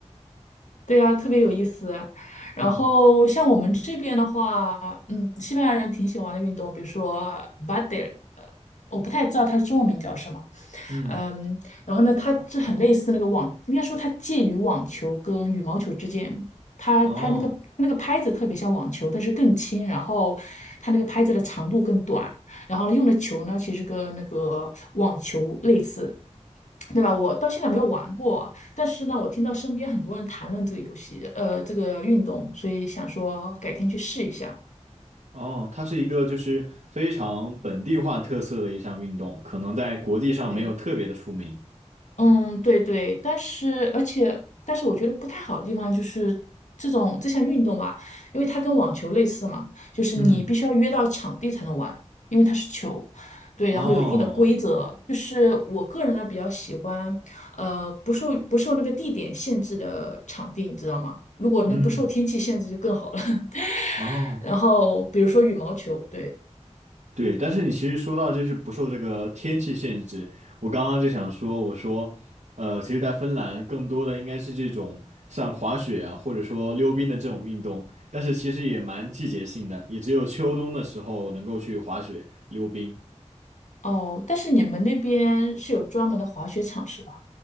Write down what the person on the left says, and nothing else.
对啊，特别有意思啊。
然后像我们这边的话，嗯，西班牙人挺喜欢的运动，比如说 b a d e 呃，我不太知道它的中文名叫什么。
嗯，然后呢，它这很类似那个网，应该说它介于网球跟羽毛球之间。它拍那个那个拍子特别像网球，
但是更轻，然后它那个拍子的长度更短，然后呢用的球呢其实跟那个网球类似，对吧？我到现在没有玩过，但是呢我听到身边很多人谈论这个游戏，呃，这个运动，所以想说改天去试一下。
对，嗯，对对，但是而且，但是我觉得不太好的地方就是这种这项运动吧，因为它跟网球类似嘛，就是你必须要约到场地才能玩，
因为它是球，对，
然后有一定的规则。就是我个人呢比较喜欢，呃，不受不受那个地点限制的场地，你知道吗？如果能不受天气限制就更好了。
<laughs>
然后比如说羽毛球，对，
哦，但是你们那边是有专门的滑雪场是吧？